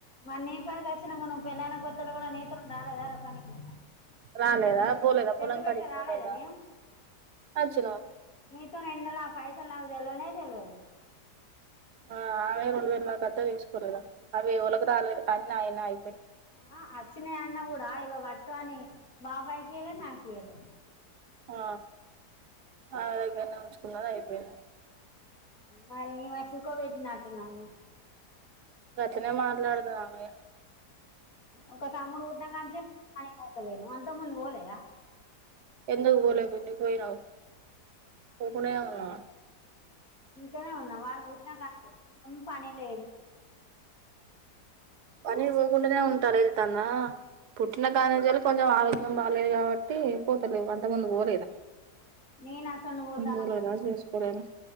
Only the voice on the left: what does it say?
మరి నీ కాడికి వచ్చినాక నువ్వు పెళ్ళైన కొత్తలు కూడా నీతో రాలే గారు పనికి
ఇట్లు పెట్టా
రాలేదా
నేను
మీతో రంండలాపాయ దు ఎల్వనేద తెల్ అదు
ఆ వచ్చిన అన్న కూడా ఇక వటు అని బాబాయ్ కల నా కేయాల
మరి మ సుఖం పెట్టినట్టు నన్ను
ఒక తమ్ముడు కూట్ కాని చెప్ప అతలేను అంతా ముందు ఓలేద
ఇంకనే ఉన్నాం వాడు పుట్టినాకంటం పని లేదు
నేను అసండి పోతాను